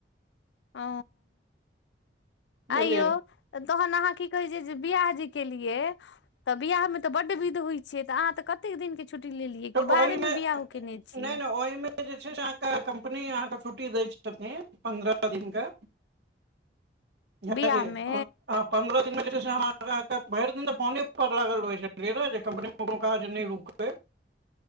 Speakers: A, on the left; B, on the right.
A: ओ,
B: बुझलियै
A: आइयो! तहन अहाँ की कहै छै जे, बियाह जे केलियै। तऽ बियाह मे तऽ बड विध होइ छै, तऽ अहाँ तऽ कतेक दिन के छुट्टी लेलियै,
B: तऽ
A: कि बाहरे
B: ओहिमे
A: मे बियाहो
B: नहि
A: केने छियै?
B: नहि ओहिमे जे छै से अहाँके, कम्पनी अहाँके छुट्टी दै छथिन, पन्द्रह दिनके। बुझलियै
A: बिआहमे
B: <unintelligible> पन्द्रह दिनमे जे छै से हम अहाँके, भैर दिन तऽ फोने पर लागल रहै छलियै न, जे कम्पनीमे ककरो काज नहि रुकै।